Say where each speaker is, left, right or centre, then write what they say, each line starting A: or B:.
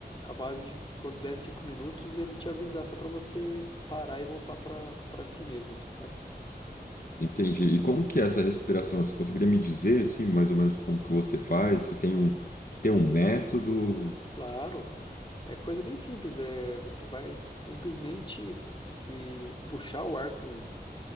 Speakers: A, on the left; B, on the left.
A: a, a base de quando der cinco minutos ele te avisar só para você parar e voltar para para si mesmo assim, sabe?
B: entendi. E como que é essa respiração? Você conseguiria me dizer, assim, mais ou menos como que você faz? Você tem um, tem um método?
A: Claro, é coisa bem simples, é você vai simplesmente e puxar o ar com